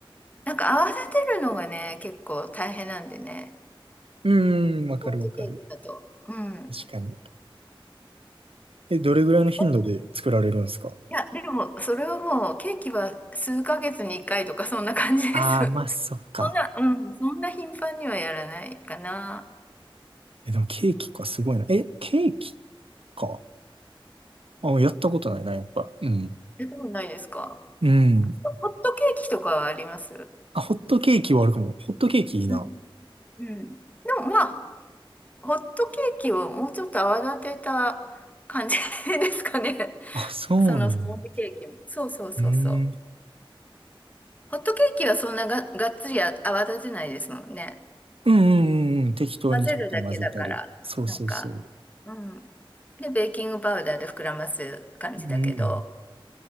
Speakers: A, on the left (about 15°); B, on the right (about 80°).
A: なんか泡立てるのがね、結構大変なんでね。
B: うーん、わかるわかる。
A: スポンジケーキだと。うん。
B: 確かに。え、どれぐらいの頻度で作られるんですか
A: えいや、でも、それはもう、ケーキは数ヶ月に1回とか、そんな感じです。
B: ああ、
A: <laughs> そん
B: まあ、そっか。
A: な、うん、そんな頻繁にはやらないかな。
B: え、でもケーキか、すごいな。え、ケーキか。あ、やったことないな、やっぱ。うん。
A: やったことないですか
B: うん。
A: ホットケーキとかはあります
B: あ、ホットケーキはあるかも。ホットケーキいいな。
A: うん。うん。でも、まあ、ホットケーキをもうちょっと泡立てた感じ <laughs> ですかね。
B: あ、そうなんや。
A: そのスポンジケーキも。そうそうそうそう。
B: うん。
A: ホットケーキはそんなが、がっつりあ泡立てないですもんね。
B: うんうんうんうん。適当にちょっと混ぜたり。
A: 混ぜるだけだから、
B: そうそうそう。
A: なんか、うん。で、ベーキングパウダーで膨らます感じだけど、
B: うん。